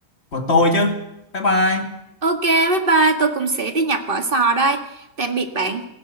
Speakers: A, on the left; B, on the right.
A: của tôi chứ bye bye
B: Ok, bye bye, tôi cũng sẽ đi nhập vỏ sò đây. Tạm biệt bạn.